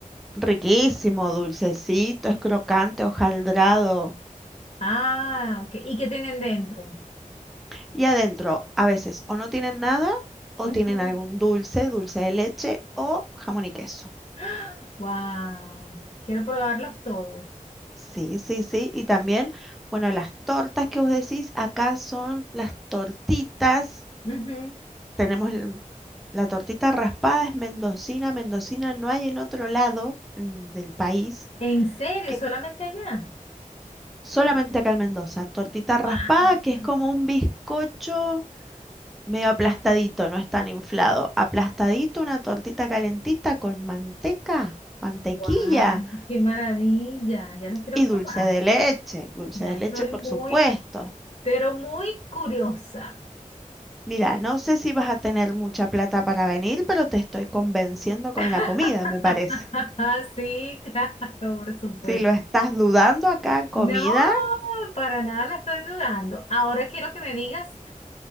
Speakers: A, in the centre; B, on the left (about 45°).
A: Riquísimo, dulcecito, es crocante, hojaldrado.
B: Ah, ok. ¿Y qué tienen dentro?
A: Y adentro, a veces o no tienen nada, o
B: Ujú.
A: tienen algún dulce, dulce de leche o jamón y queso.
B: <gasps> Wow. Quiero probarlos todos.
A: Sí, sí, sí. Y también, bueno, las tortas que vos decís, acá son las tortitas.
B: Ujú.
A: Tenemos l- La tortita raspada es mendocina. Mendocina no hay en otro lado mm, del país,
B: ¿En serio?
A: que
B: ¿Solamente allá?
A: solamente acá en Mendoza. Tortita raspada,
B: ¡Guau!
A: que es como un bizcocho medio aplastadito, no es tan inflado. Aplastadito, una tortita calentita con manteca, mantequilla
B: ¡Guau! ¡Qué maravilla! Ya las quiero
A: y
B: probar.
A: dulce de leche. Dulce
B: Ya
A: de leche,
B: estoy
A: por
B: muy,
A: supuesto.
B: pero muy curiosa.
A: Mira, no sé si vas a tener mucha plata para venir, pero te estoy convenciendo con
B: <laughs>
A: la comida, me parece.
B: Sí, claro, por supuesto.
A: Si lo estás dudando acá, comida.
B: No, para nada la estoy dudando. Ahora quiero que me digas